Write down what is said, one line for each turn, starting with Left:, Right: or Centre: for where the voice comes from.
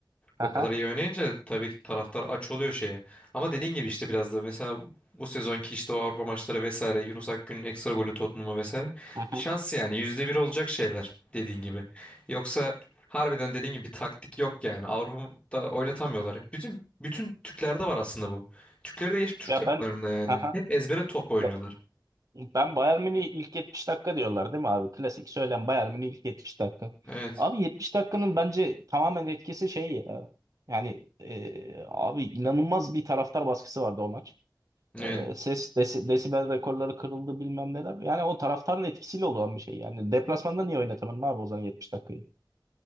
Right: Aha,
Left: O kadar iyi oynayınca tabii ki taraftar aç oluyor şeye. Ama dediğin gibi işte biraz da mesela bu sezonki işte o Avrupa maçları vesaire Yunus Akgün'ün ekstra golü Tottenham'a vesaire
Right: aha.
Left: şans yani yüzde bir olacak şeyler dediğin gibi. Yoksa harbiden dediğin gibi bir taktik yok yani. Avrupa'da oynatamıyorlar. Bütün bütün Türklerde var aslında bu. Türkleri de geçip Türk
Right: Ya
Left: takımlarında
Right: ben
Left: yani.
Right: aha,
Left: Hep ezbere top oynuyorlar.
Right: ya ben Bayern Münih ilk 70 dakika diyorlar değil mi abi? Klasik söylem Bayern Münih ilk 70 dakika.
Left: Evet.
Right: Abi 70 dakikanın bence tamamen etkisi şey ya. Yani e, abi inanılmaz bir taraftar baskısı vardı o maç.
Left: Evet.
Right: E, ses desi- desibel rekorları kırıldı bilmem neler. Yani o taraftarın etkisiyle olan bir şey. Yani deplasmanda niye oynatamadın abi o zaman 70 dakikayı?